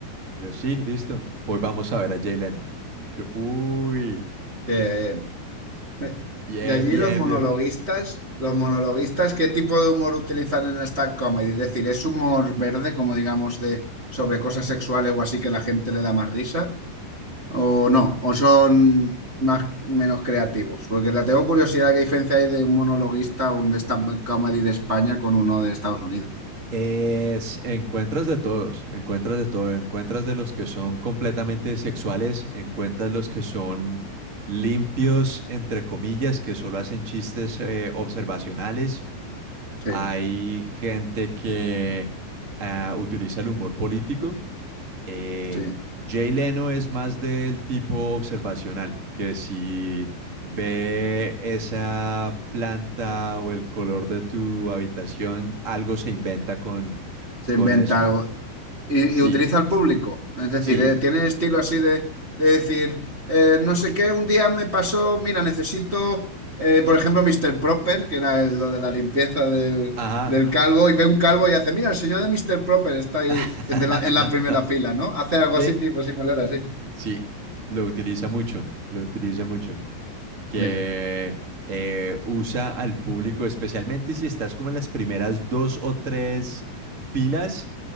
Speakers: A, on the right; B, on the right.
A: Yo, sí, listo. Hoy vamos a ver a Jay Leno. Yo, uy,
B: Qué bien. <laughs>
A: bien,
B: Y allí
A: bien,
B: los monologuistas,
A: bien.
B: los monologuistas, ¿qué tipo de humor utilizan en esta comedy? Es decir, ¿es humor verde, como digamos, de sobre cosas sexuales o así que la gente le da más risa? ¿O no? ¿O son más menos creativos? Porque la tengo curiosidad qué diferencia hay de un monologuista o un de esta comedy de España con uno de Estados Unidos.
A: Es, encuentras de todos, encuentras de todo, encuentras de los que son completamente sexuales, encuentras los que son limpios, entre comillas, que solo hacen chistes eh, observacionales,
B: Sí,
A: hay gente que ah, utiliza el humor político. Eh,
B: sí.
A: Jay Leno es más del tipo observacional, que si ve esa planta o el color de tu habitación, algo se inventa con,
B: Se
A: con
B: inventa
A: eso.
B: algo. y,
A: Sí,
B: y utiliza al público. Es decir,
A: sí,
B: eh, tiene estilo así de, de decir, eh, no sé qué, un día me pasó, mira, necesito, eh, por ejemplo, Mr. Proper, que era el, lo de la limpieza del,
A: ajá.
B: del calvo, y ve un calvo y hace, mira, el señor de Mr. Proper está ahí
A: <laughs>
B: en, de la, en la primera fila, ¿no? Hace algo
A: Sí,
B: así, tipo similar, así.
A: sí, lo utiliza mucho, lo utiliza mucho. que
B: Sí,
A: eh, usa al público, especialmente si estás como en las primeras dos o tres filas,